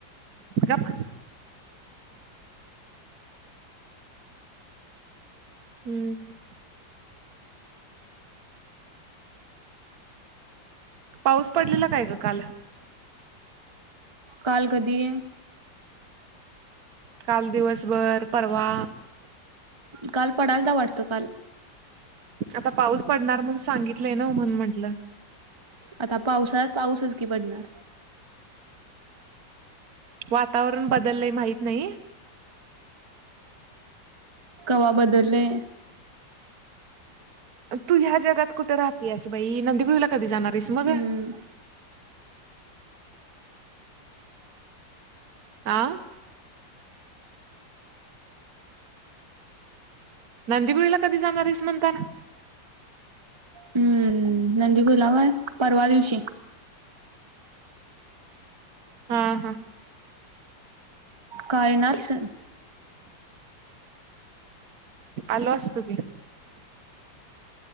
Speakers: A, on the right (about 55°); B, on the right (about 15°).
A: गप्प. हम्म. पाऊस पडलेला काय ग काल?
B: काल कधी?
A: काल दिवसभर, परवा.
B: काल पडायलता वाटतं काल.
A: आता पाऊस पडणार म्हण सांगितलंय ना म्हणून म्हंटलं.
B: आता पावसळात पाऊसच की पडणार.
A: वातावरण बदललंय माहित नाही.
B: कव्हा बदललेय?
A: तू ह्या जगात कुठे राहते आस बाई, नंदिगुडला कधी जाणार आहेस मग?
B: हम्म
A: आ. नंदिबुळीला कधी जाणार आहेस म्हणताना.
B: हम्म नंदी गुलाव होय, परवा दिवशी.
A: हा हा.
B: काय ना अस
A: आलो असत की.